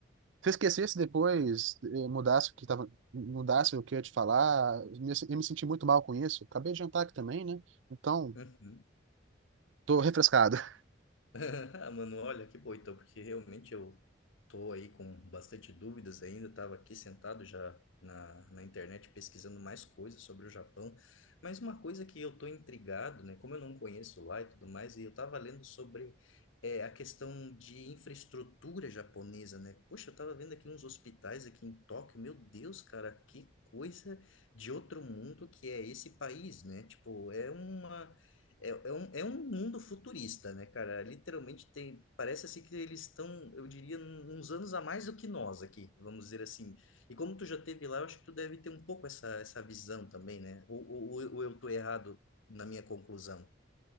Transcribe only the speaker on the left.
Uhum.
<laughs> Ah, mano, olha, que bom então, porque realmente eu tô aí com bastante dúvidas ainda, estava aqui sentado já na, na internet pesquisando mais coisas sobre o Japão, mas uma coisa que eu tô intrigado, né, como eu não conheço lá e tudo mais, e eu tava lendo sobre é, a questão de infraestrutura japonesa, né, poxa, eu tava vendo aqui uns hospitais aqui em Tóquio, meu Deus, cara, que coisa de outro mundo que é esse país, né, tipo, é uma é, é um, é um mundo futurista, né, cara? Literalmente tem, parece assim que eles estão, eu diria, num- uns anos a mais do que nós aqui, vamos dizer assim. E como tu já teve lá, eu acho que tu deve ter um pouco essa, essa visão também, né? Ou, ou, ou eu tô errado na minha conclusão?